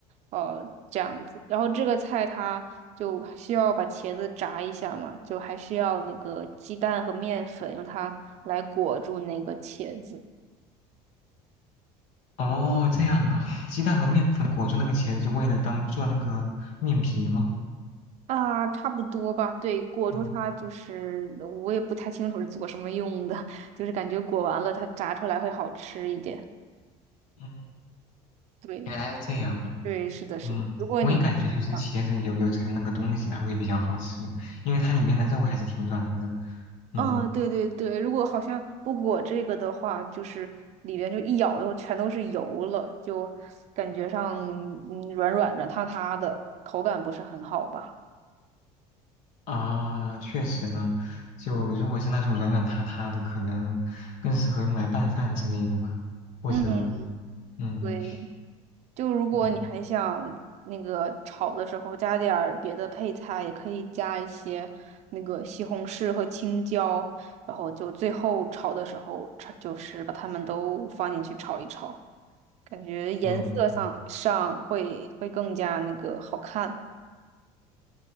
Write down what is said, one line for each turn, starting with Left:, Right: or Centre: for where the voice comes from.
Right: 呃，这样子。然后这个菜它就需要把茄子炸一下嘛，就还需要那个鸡蛋和面粉，用它来裹住那个茄子。
Left: 哦，这样啊，鸡蛋和面粉裹住那个茄子，就为了当做那个面皮吗？
Right: 啊，差不多吧。对，裹住它就是我也不太清楚是做什么用的，
Left: 嗯
Right: <laughs> 就是感觉裹完了它炸出来会好吃一点。
Left: 嗯，
Right: 对，
Left: 原来是这样的。
Right: 对，是的，是的。
Left: 嗯，
Right: 如果你啊，
Left: 我也感觉就是茄子有有层那个东西，它会比较好吃，因为它里面的肉还是挺软的。嗯
Right: 啊对对对，如果好像不裹这个的话，就是里边就一咬就全都是油了，就感觉上嗯软软软塌塌的，口感不是很好吧？
Left: 啊，确实呢，就如果是那种软软塌塌的，可能更适合用来拌饭之类的吧，或者
Right: 嗯，
Left: 嗯
Right: 对。就如果你还想那个炒的时候加点儿别的配菜，
Left: 嗯
Right: 也可以加一些那个西红柿和青椒，然后就最后炒的时候，炒就是把它们都放进去炒一炒，感觉颜色上上会会更加那个好看。
Left: 嗯